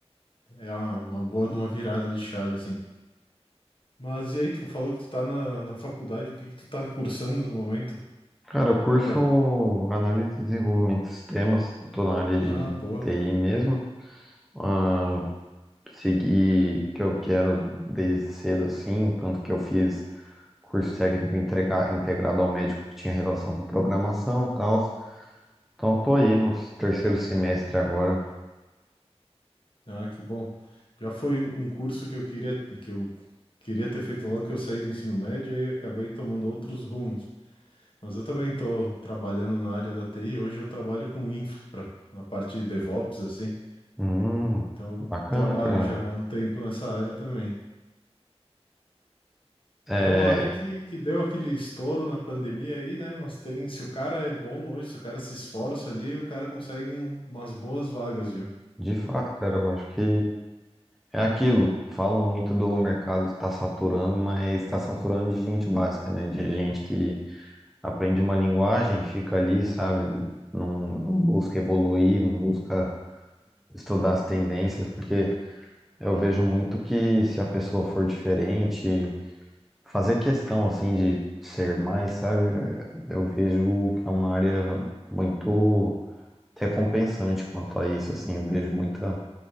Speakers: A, on the left (about 50°); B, in the centre.
A: é uma, uma boa de uma virada de chave, assim. Mas e aí, tu falou que tu tá na, na faculdade, o que que tu tá cursando no momento?
B: Cara, eu curso
A: Só pra...
B: análise e desenvolvimento de sistemas, tô na área de
A: Ah, boa.
B: TI mesmo. Ah, segui o que eu quero desde cedo assim, tanto que eu fiz curso técnico entrega- integrado ao médico que tinha relação com programação e tal. Então tô aí no terceiro semestre agora.
A: Ah, que bom. Já foi um um curso que eu queria que eu queria ter feito logo que eu saí do ensino médio e acabei tomando outros rumos. Mas eu também estou trabalhando na área da TI. Hoje eu trabalho com infra, na parte de DevOps, assim.
B: Hum,
A: Então,
B: bacana,
A: trabalho
B: cara.
A: já há um tempo nessa área também.
B: É,
A: É uma área que, que deu aquele estouro na pandemia aí, né? Mas tem, se o cara é bom hoje, se o cara se esforça ali, o cara consegue um- umas boas vagas, viu?
B: de fato, cara, eu acho que é aquilo. Falam muito do mercado estar saturando, mas está saturando de gente básica, né? De gente que aprende uma linguagem, fica ali, sabe? Não, não busca evoluir, não busca estudar as tendências, porque eu vejo muito que se a pessoa for diferente, fazer questão assim de ser mais, sabe? Eu vejo que é uma área muito recompensante quanto a isso, assim. Eu vejo muita